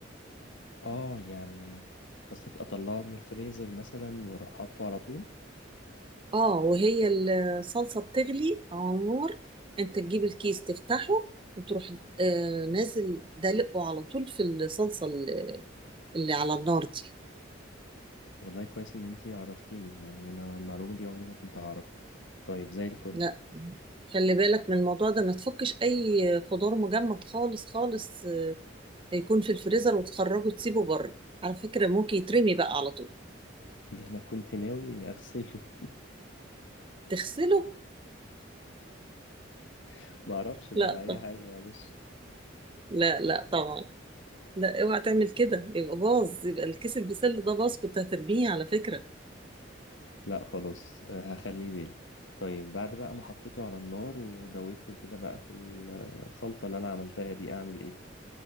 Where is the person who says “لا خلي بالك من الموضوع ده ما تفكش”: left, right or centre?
Right